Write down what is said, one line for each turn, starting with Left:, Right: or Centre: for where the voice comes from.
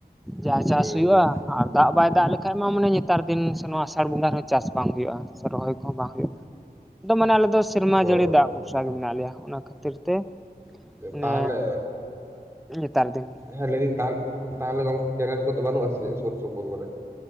Centre: ᱡᱟ ᱪᱟᱥ
Right: ᱦᱩᱸ
Centre: ᱦᱩᱭᱩᱜ-ᱟ ᱟᱨ ᱫᱟᱜ ᱵᱟᱭ ᱫᱟᱜ ᱞᱮᱠᱷᱟᱡ ᱢᱟ ᱢᱟᱱᱮ ᱱᱮᱛᱟᱨ ᱫᱤᱱ ᱥᱮ ᱱᱚᱣᱟ ᱟᱥᱟᱲ ᱵᱚᱸᱜᱟ ᱨᱮᱦᱚᱸ ᱪᱟᱥ ᱵᱟᱝ ᱦᱩᱭᱩᱜ-ᱟ ᱥᱮ ᱨᱚᱦᱚᱭ ᱦᱚᱸ ᱵᱟᱝ ᱦᱩᱭᱩᱜ-ᱟ ᱟᱫᱚ ᱢᱟᱱᱮ ᱟᱞᱮ ᱫᱚ ᱥᱮᱨᱢᱟ
Right: ᱦᱳᱭ
Centre: ᱡᱟᱹᱲᱤ ᱫᱟᱜ ᱵᱷᱚᱨᱥᱟ ᱜᱮ ᱢᱮᱱᱟᱜ ᱞᱮᱭᱟ ᱚᱱᱟ ᱠᱷᱟᱛᱤᱨ ᱛᱮ ᱢᱟᱱᱮ
Right: ᱛᱟᱦᱟᱞᱮ
Centre: ᱱᱮᱛᱟᱨ ᱫᱤᱱ ᱜᱮ
Right: ᱦᱮᱸ ᱞᱮᱭ ᱫᱤᱱ ᱛᱟᱦᱟᱞᱮ ᱛᱟᱦᱟᱞᱮ ᱜᱚᱢᱠᱮ ᱠᱮᱱᱮᱞ ᱠᱚᱫᱚ ᱵᱟᱱᱩᱜ-ᱟ ᱥᱮ ᱥᱳᱨ ᱥᱳᱯᱳᱨ ᱠᱚᱨᱮ?